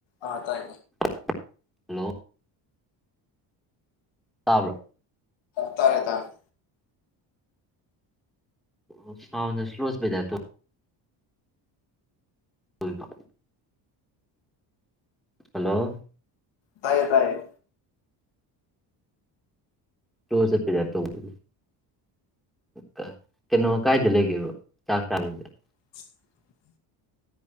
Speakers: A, on the left; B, in the centre.
A: ꯑꯥ ꯇꯥꯏ
B: <inaudible> ꯇꯥꯕ꯭ꯔ
A: ꯇꯥꯔꯦ ꯇꯥꯔꯦ
B: ꯑ ꯁꯥꯎꯟꯁꯦ ꯁ꯭ꯂꯣ ꯆꯠꯄꯩ ꯇꯥꯏꯞꯇ ꯇꯧꯋꯦꯕ ꯍꯜꯂꯣ
A: ꯇꯥꯏꯌꯦ ꯇꯥꯏꯌꯦ
B: <unintelligible> ꯆꯠꯄꯩ ꯇꯥꯏꯞ ꯇꯧꯕ ꯀ ꯀꯩꯅꯣ ꯀꯥꯏꯗ ꯂꯩꯒꯦꯕ <unintelligible>
A: <inaudible>